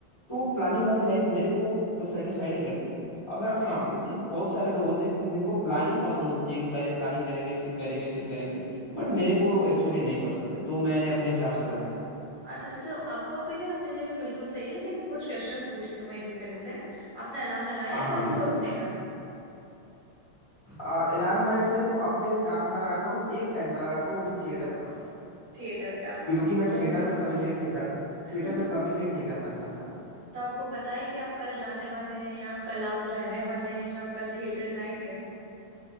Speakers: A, on the left; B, on the right.
A: तो प्लानिंग वाली लाइफ मेरे को सेटिस्फाई नहीं करती अगर
B: ओके
A: हाँ मतलब बहुत सारे लोग होते हैं कि जिनको प्लानिंग पसंद होती है कि पहले प्लानिंग करेंगे फिर करेंगे फिर करेंगे बट मेरे को एक्चुअली नहीं पसंद है तो मैंने अपने हिसाब से बताया
B: हाँ तो जैसे आपका ओपिनियन अपनी जगह बिल्कुल सही है लेकिन कुछ क्वेश्चंस पूछती हूँ मैं इसी पे जैसे आपने अलार्म लगाया
A: हाँ
B: है
A: हाँ
B: कल
A: बिल्कुल
B: सुबह उठने का
A: अलार्म मैं सिर्फ अपने काम का लगाता हूँ एक टाइम का लगाता हूँ वो भी थिएटर का बस
B: थिएटर का
A: क्योंकि मैं
B: तो
A: थिएटर में कभी लेट नहीं कर
B: <laughs>
A: थिएटर में कभी लेट नहीं करना चाहता
B: तो आपको पता है कि आप कल जाने वाले हैं या कल आप रहने वाले हैं जो आप कल थिएटर जाएंगे